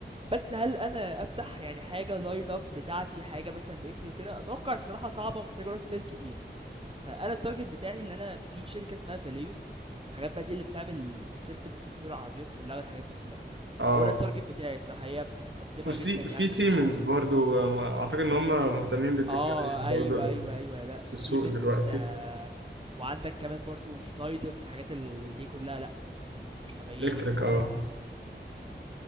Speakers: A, on the right (about 30°); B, on the right (about 85°).
A: بس هل انا افتح يعني حاجه لاين اب بتاعتي حاجه مثلا باسمي وكده اتوقع الصراحه صعبه ومحتاجه راس مال كبير فانا التارجت بتاعي ان انا في شركه اسمها فاليو الحاجات بقى دي اللي بتعمل السيستم وسوفت وير العربيات كلها والحاجات دي كلها
B: اه
A: هو ده التارجت بتاعي الصراحه هي متقدمه
B: وفي
A: جدا يعني
B: في سيمنز
A: في الحوارات
B: برضو
A: دي
B: آه، اعتقد ان هم مهتمين بالتكنولوجيز
A: اه
B: برضو
A: ايوه
B: ال-
A: ايوه ايوه لا
B: في
A: سيمن
B: السوق دلوقتي
A: وانت وعندك كمان برضو شنايدر في حاجات ال... دي كلها لا يعني مش طبيعيين
B: الكتريك
A: الصراحه
B: اه
A: يعني مم.